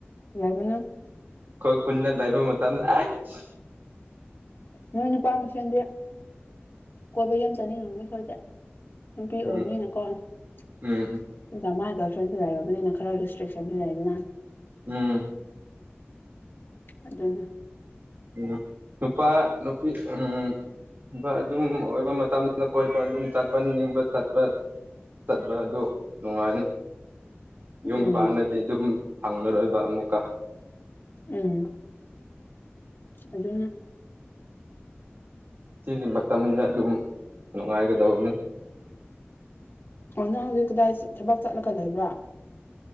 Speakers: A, on the left; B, on the right.
A: ꯂꯩꯥꯕꯅ‌ꯦ
B: ꯑꯩꯈ‌ꯣꯏ ꯈꯨꯟꯅ ꯂꯥꯏꯕ ꯃꯇꯝ ꯑꯩꯁ
A: ꯅꯣꯏ ꯅꯨꯄꯥ ꯃꯁꯦꯟꯗꯤ ꯀꯣꯏꯕ ꯌꯥꯝ ꯆꯥꯅꯤꯡꯉꯕꯅꯤ ꯑꯩꯈꯣꯏꯗ ꯅꯨꯄꯤ
B: ꯎꯝ
A: ꯑꯣꯏꯝꯅꯤꯅꯀꯣ ꯑꯗꯨꯒ
B: ꯎꯝ
A: ꯃꯥ ꯒꯔꯜ ꯐ꯭ꯔꯦꯟꯁꯨ ꯂꯩꯔꯕꯅꯤꯅ ꯈꯔ ꯔꯤꯁꯇ꯭ꯔꯤꯁꯟꯁꯨ ꯂꯩꯗꯅ
B: ꯎꯝ
A: ꯑꯗꯨꯅꯤ
B: ꯎꯝ ꯅꯨꯄꯥ ꯅꯨꯄꯤ ꯎꯝ ꯑꯗꯨꯝ ꯑꯣꯏꯕ ꯃꯇꯝꯗ ꯀꯣꯏꯄ ꯑꯗꯨꯝ ꯆꯠꯄ ꯅꯤꯡꯕ ꯆꯠꯄ ꯆꯠꯄ ꯑꯗꯨ ꯅꯨꯡꯉꯥꯏꯌ‌ꯦ ꯌꯨꯝ
A: ꯎꯝ
B: ꯄꯥꯟꯅꯗꯤ ꯑꯗꯨꯝ ꯐꯪꯉꯔꯣꯏꯕ ꯑꯃꯨꯛꯀ
A: ꯎꯝ ꯑꯗꯨ
B: ꯁꯤꯒꯤ ꯃꯇꯝꯗ ꯑꯗꯨꯝ ꯅꯨꯡꯉꯥꯏꯒꯗꯕꯅꯤ
A: ꯑꯣ ꯅꯪ ꯍꯧꯖꯤꯛ ꯀꯗꯥꯏ ꯊꯕꯛ ꯆꯠꯂꯒ ꯂꯩꯕ꯭ꯔꯥ